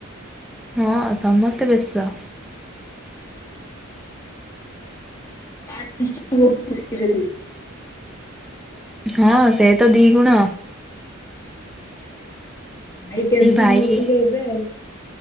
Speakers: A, in the centre; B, on the left.
A: ହଁ ସମସ୍ତେ ବ୍ୟସ୍ତ।
B: <unintelligible>
A: ହଁ ସେ ତ ଦିଗୁଣ
B: ଭାଇ ଟେନସନ
A: ଭାଇ
B: ନଉଥିବେ ଏବେ ଆଉ